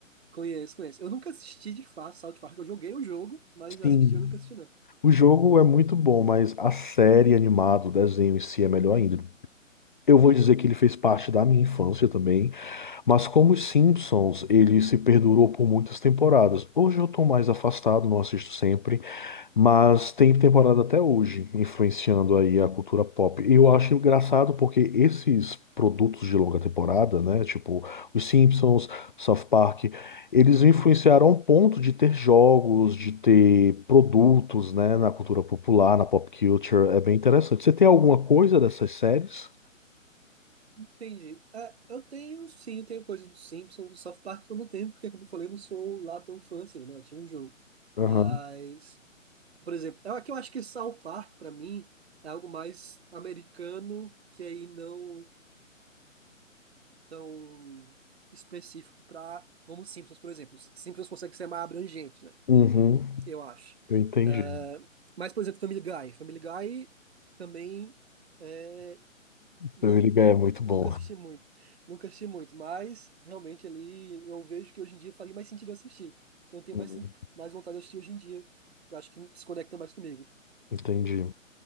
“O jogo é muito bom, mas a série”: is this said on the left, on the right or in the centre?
Left